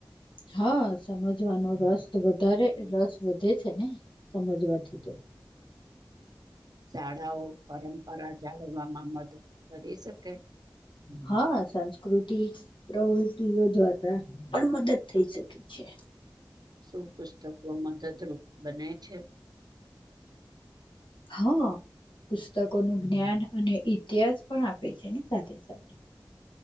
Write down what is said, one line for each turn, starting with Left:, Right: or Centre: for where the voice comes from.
Left: હા, સમજવાનો રસ વધારે
Right: હમ
Left: રસ વધે જ છે ને સમજવાથી તો.
Right: શાળાઓ પરંપરા જાળવવામાં મદદ કરી શકે?
Left: હા, સાંસ્કૃતિક પ્રવૃતિઓ દ્વારા પણ મદદ થઈ શકે છે.
Right: શું પુસ્તકો મદદરૂપ બને છે?
Left: હા પુસ્તકોનું જ્ઞાન અને ઇતિહાસ પણ આપે છે ને સાથે સાથે.